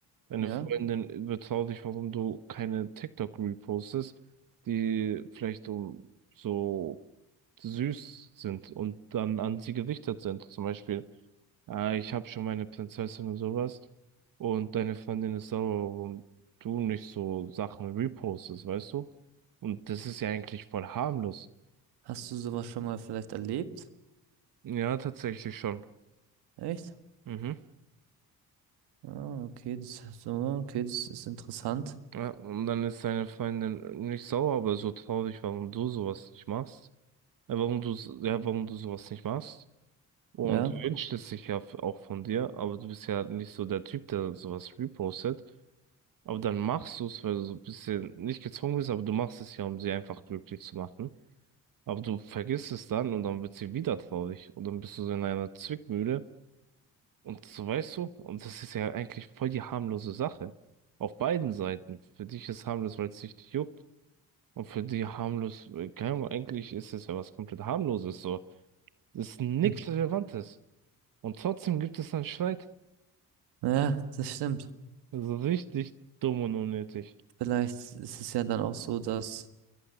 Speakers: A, on the right (about 55°); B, on the right (about 85°).
A: Deine
B: Ja.
A: Freundin überzeugt dich, warum du keine TikTok repostest, die vielleicht um so süß sind und dann an sie gerichtet sind. Zum Beispiel, äh, ich habe schon meine Prinzessin und sowas und deine Freundin ist sauer, warum du nicht so Sachen repostest, weißt du? Und das ist ja eigentlich voll harmlos.
B: Hast du sowas schon mal vielleicht erlebt?
A: Ja, tatsächlich schon.
B: Echt?
A: Mhm.
B: Ah, okay, das so, okay, das ist interessant.
A: Ja, und dann ist deine Freundin nicht sauer, aber so traurig, warum du sowas nicht machst. Äh, warum du, s- ja, warum du sowas nicht machst. Und
B: Ja.
A: wünscht es sich ja f- auch von dir, aber du bist ja nicht so der Typ, der sowas repostet. Aber dann machst du es, weil du so ein bisschen nicht gezwungen bist, aber du machst es ja, um sie einfach glücklich zu machen. Aber du vergisst es dann und dann wird sie wieder traurig. Und dann bist du so in einer Zwickmühle. Und so weißt du, und das ist ja eigentlich voll die harmlose Sache. Auf beiden Seiten. Für dich ist harmlos, weil es dich nicht juckt. Und für die harmlos, äh, keine Ahnung, eigentlich ist es ja was komplett harmloses so. Das ist nichts
B: Hm.
A: Relevantes. Und trotzdem gibt es einen Streit.
B: Ja, das stimmt.
A: Also richtig dumm und unnötig.
B: Vielleicht ist es ja dann auch so, dass